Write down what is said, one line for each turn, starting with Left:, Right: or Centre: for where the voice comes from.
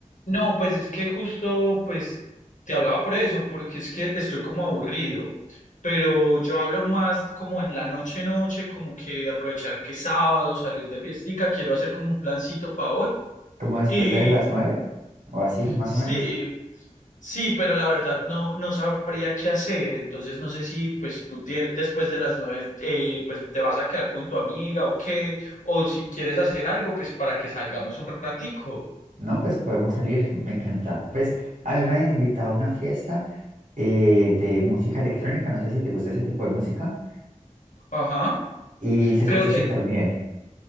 Left: No, pues es que justo, pues, te hablaba por eso, porque es que estoy como aburrido, pero yo hablo más como en la noche, noche, como que aprovechar que es sábado, salir de fiestica, quiero hacer como un plancito para hoy.
Right: ¿Como después
Left: Y
Right: de las nueve? ¿O así, más
Left: sí,
Right: o menos?
Left: Sí, pero la verdad no, no sabría qué hacer. Entonces no sé si pues tú tie- después de las nueve eh, pues te vas a quedar con tu amiga o qué, o si quieres hacer algo pues para que salgamos un ratico.
Right: No, pues podemos salir, me encanta. Pues a mí me habían invitado a una fiesta eh, de música electrónica, no sé si te gusta ese tipo de música,
Left: Ajá.
Right: y se
Left: Creo
Right: escuchó
Left: que
Right: súper bien.